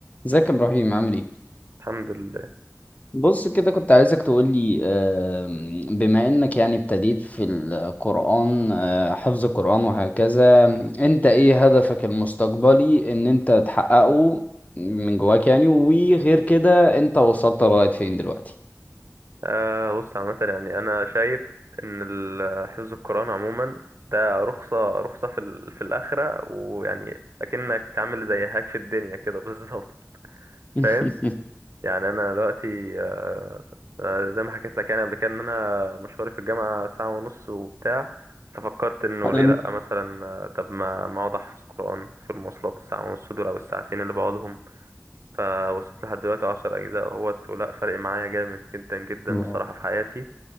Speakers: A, on the left; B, on the right.
A: ازيك يا ابراهيم عامل ايه
B: الحمد لله
A: بص كده كنت عايزك تقولي آم، بما انك يعني ابتديت في القرآن آه، حفظ القرآن وهكذا انت ايه هدفك المستقبلي ان انت تحققه من جواك يعني وغير كده انت وصلت لغاية فين دلوقتي
B: آه بص عامة يعني أنا شايف إن ال- حفظ القرآن عموما ده رخصة رخصة في ال- في الآخرة ويعني أكنك عامل زي هاك في الدنيا كده <laughs> بالظبط
A: <laughs>
B: فاهم يعني أنا دلوقتي آه آه زي ما حكيت لك يعني قبل كده إن أنا مشواري في الجامعة ساعة ونص وبتاع ففكرت إنه
A: حلو.
B: ليه لأ مثلا آه، طب ما ما أقعد أحفظ قرآن في المواصلات الساعة ونص دول أو الساعتين اللي بقعدهم فوصلت لحد دلوقتي عشر أجزاء اهوت ولا فرق معايا جامد جدا جدا
A: واو.
B: بصراحة في حياتي